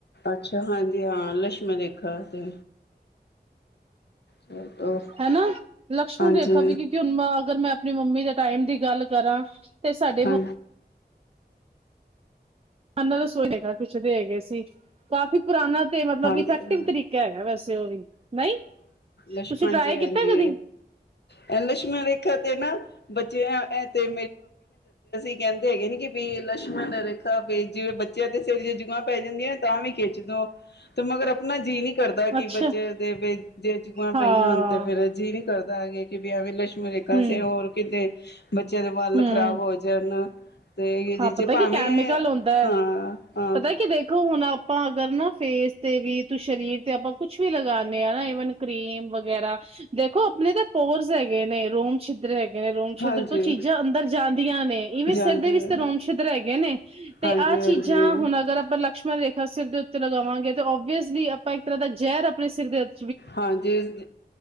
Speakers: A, on the left; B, on the right.
A: ਅੱਛਾ, ਹਾਂਜੀ ਹਾਂ ਲਛਮਣ ਰੇਖਾ ਤੇ ਚਲੋ
B: ਹੈਨਾ ਲਕਸ਼ਮਣ
A: ਹਾਂਜੀ
B: ਰੇਖਾ ਵੀ ਕਿਉਂਕਿ ਹੁਣ ਮੈਂ ਅਗਰ ਮੈਂ ਆਪਣੀ ਮੰਮੀ ਦੇ ਟਾਈਮ ਦੀ ਗੱਲ ਕਰਾਂ ਤੇ ਸਾਡੇ
A: ਹਾਂ
B: ਹੁ ਹਨਾਂ ਰਸੋਈ ਦੇਖ ਕੁਛ ਦੇ ਹੈਗੇ ਏ ਸੀ ਕਾਫ਼ੀ ਪੁਰਾਣਾ ਤੇ ਮਤਲਬ
A: ਹਾਂਜੀ
B: ਇਫੈਕਟਿਵ
A: ਹਾਂ
B: ਤਰੀਕਾ ਹੈਗਾ ਵੈਸੇ ਉਹ ਵੀ ਨਹੀਂ
A: ਲਸ਼ਮਨ
B: ਤੁਸੀਂ ਟਰਾਈ
A: ਜੀ ਹਾਂਜੀ
B: ਕੀਤਾ ਕਦੀ
A: ਹਾਂਜੀ ਲਸ਼ਮਣ ਰੇਖਾ ਤੇ ਨਾ ਬੱਚਿਆਂ ਇਹ ਤੇ ਕਹਿੰਦੇ ਹੈਗੇ ਨੀ ਕਿ ਬ ਲਸ਼ਮਣ ਰੇਖਾ ਬ ਜਿਵੇਂ ਬੱਚਿਆਂ ਦੇ ਸਿਰ ਜੇ ਜੁਆਂ ਪੈ ਜਾਂਦੀਆਂ ਨਾ ਤਾਂ ਵੀ ਖਿੱਚਦੋ। ਤੇ ਮਗਰ ਆਪਣਾ ਜੀਅ ਨਹੀਂ ਕਰਦਾ ਕਿ
B: ਅੱਛਾ
A: ਬੱਚੇ ਦੇ ਜੇ ਜੂਆਂ ਪਈਆਂ
B: ਹਾਂ
A: ਹੋਣ ਤੇ ਫੇਰ ਜੀ ਵੀ ਕਰਦਾ ਹੈਗੇ ਕਿ ਬਆ ਵੀ ਲਸ਼ਮਣ ਰੇਖਾ
B: ਹੂੰ
A: ਸੇ ਹੋਰ ਕਿਤੇ ਬੱਚਿਆਂ ਦੇ ਵੱਲ
B: ਹੂੰ
A: ਖ਼ਰਾਬ ਹੋ ਜਾਣ ਤੇ ਜਿਹ
B: ਹਾਂ
A: ਚ
B: ਪਤਾ
A: ਭਾਵੇਂ
B: ਕੀ ਕੈਮੀਕਲ ਹੁੰਦਾ ਹੈ,
A: ਹਾਂ ਹਾਂ
B: ਪਤਾ ਕੀ ਦੇਖੋ ਹੁਣ ਆਪਾਂ ਅਗਰ ਨਾ ਫੇਸ ਤੇ ਵੀ ਸਰੀਰ ਤੇ ਆਪਾਂ ਕੁੱਛ ਵੀ ਲਗਾਂਦੇ ਆਂ ਈਵਨ ਕਰੀਮ ਵਗੈਰਾ ਦੇਖੋ ਆਪਣੇ ਤਾਂ ਪੋਰਸ ਹੈਗੇ ਨੇ, ਰੋਮ ਛਿੱਦਰ ਹੈਗੇ ਜਿਵੇਂ ਰੂਮ
A: ਹਾਂਜੀ
B: ਛਿਦਰ ਤਾਂ ਨੀ ਚੀਜ਼ਾਂ ਅੰਦਰ ਜਾਂਦੀਆਂ ਨੇ ਇਵੇਂ
A: ਜਾਂਦੇ
B: ਸਿਰ ਦੇ ਵਿੱਚ
A: ਆ
B: ਤੇ ਰੋਮ ਛਿੱਦਰ ਹੈ ਗਏ ਨੇ ਤੇ
A: ਹਾਂਜੀ
B: ਆਹ
A: ਹਾਂਜੀ
B: ਚੀਜ਼ਾਂ ਹੁਣ ਅਗਰ ਆਪਾਂ ਲਕਸ਼ਮਣ ਰੇਖਾ ਸਿਰ ਦੇ ਉੱਤੇ ਲਗਾਵਾਂਗੇ ਤੇ ਓਬਅਸਲੀ ਆਪਾਂ ਇੱਕ ਤਰ੍ਹਾਂ ਦਾ ਜ਼ਹਿਰ ਆਪਣੇ ਸਿਰ ਦੇ ਉਤੇ
A: ਹਾਂਜੀ,